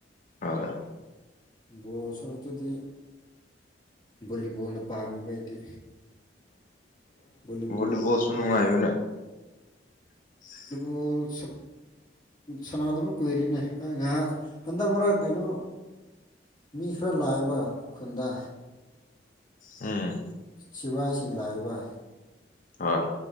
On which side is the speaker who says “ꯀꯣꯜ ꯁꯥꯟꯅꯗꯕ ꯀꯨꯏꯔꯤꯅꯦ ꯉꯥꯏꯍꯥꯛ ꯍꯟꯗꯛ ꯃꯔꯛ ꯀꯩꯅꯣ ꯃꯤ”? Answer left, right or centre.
Left